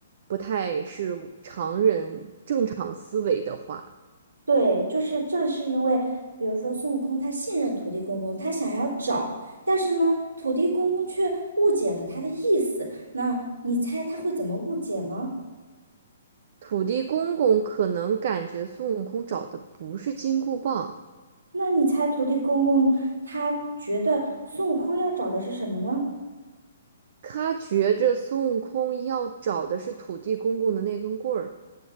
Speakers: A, on the right (about 45°); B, on the right (about 65°).
A: 不太是常人正常思维的话。
B: 对，就是正是因为，比如说孙悟空他信任土地公公，他想要找，但是呢，土地公公却误解了他的意思。那你猜他会怎么误解呢？
A: 土地公公可能感觉孙悟空找的不是金箍棒，
B: 那你猜土地公公他觉得孙悟空要找的是什么呢？
A: 他觉着孙悟空要找的是土地公公的那根棍儿。